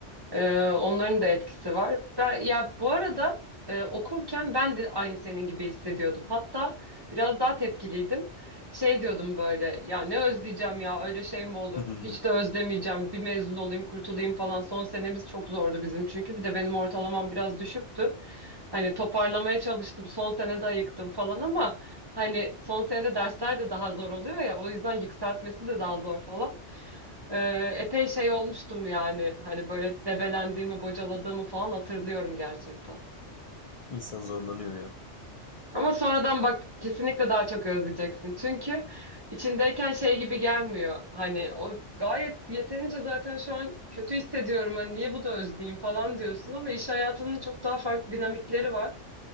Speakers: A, on the right; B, on the left.
A: Ee, onların da etkisi var. Ben, ya bu arada e, okurken ben de aynı senin gibi hissediyordum. Hatta biraz daha tepkiliydim. Şey diyordum böyle ya ne özleyeceğim ya öyle şey mi olur?
B: <laughs>
A: Hiç de özlemeyeceğim. Bir mezun olayım kurtulayım falan. Son senemiz çok zordu bizim çünkü. Bir de benim ortalamam biraz düşüktü. Hani toparlamaya çalıştım. Son sene de ayıktım falan ama hani son senede dersler de daha zor oluyor ya. O yüzden yükseltmesi de daha zor falan. Ee, epey şey olmuştum yani. Hani böyle debelendiğimi, bocaladığımı falan hatırlıyorum gerçekten.
B: İnsan zorlanıyor ya.
A: Ama sonradan bak kesinlikle daha çok özleyeceksin. Çünkü içindeyken şey gibi gelmiyor. Hani o gayet yeterince zaten şu an kötü hissediyorum. Hani niye bu da özleyeyim falan diyorsun ama iş hayatının çok daha farklı dinamikleri var.